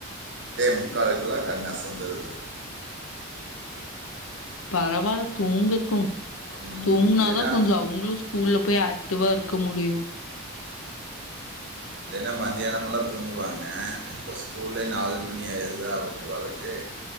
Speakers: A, on the right (about 55°); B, on the left (about 85°).
A: முக்காலுக்குலா கண் அசந்துது
B: பரவால்ல தூங்கட்டு
A: ம்,
B: தூங்னாதா
A: இல்லைன்னா
B: கொஞ்ச அவுங்ளு ஸ்கூல்ல போய் ஆக்டிவா இருக்க முடியும்
A: இல்லைனா மத்தியானமெல்லாம் தூங்குவாங்க இப்போ ஸ்கூல்லே நாலு மணி ஆயிருதா வீட்டுக்கு வரதுக்கு